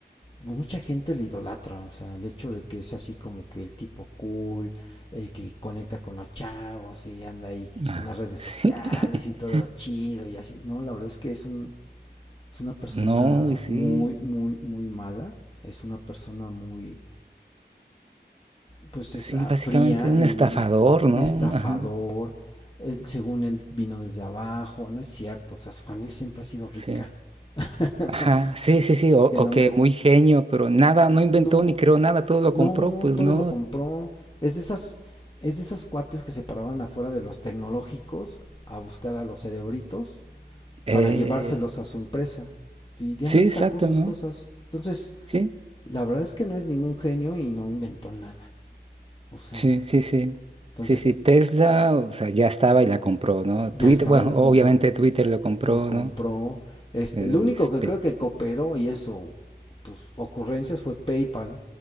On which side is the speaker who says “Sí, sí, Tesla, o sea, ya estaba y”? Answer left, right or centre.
Right